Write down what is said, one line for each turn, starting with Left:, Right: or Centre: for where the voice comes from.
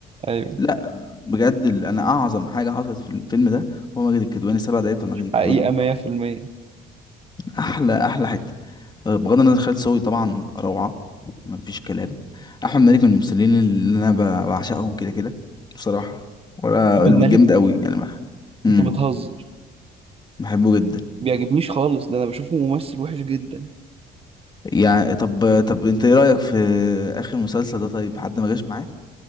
Right: ايوه
Left: لا بجد ال- انا اعظم حاجه حصلت في الفيلم ده هو ماجد الكدواني سبع دقايق بتوع ماجد الكدواني
Right: حقيقة
Left: دول
Right: 100%
Left: احلى احلى حته آه، بغض النظر خالد صاوي طبعا روعه مفيش كلام احمد مالك من الممثلين اللي انا ب- بعشقهم كده كده بصراحه ولا
Right: احمد مالك
Left: جامد قوي يعني بح... امم
Right: انت بتهزر
Left: بحبه جدا
Right: بيعجبنيش خالص ده انا بشوفه ممثل وحش جدا
Left: يعني طب طب انت ايه رايك في اخر مسلسل ده طيب حد ما جاش معاك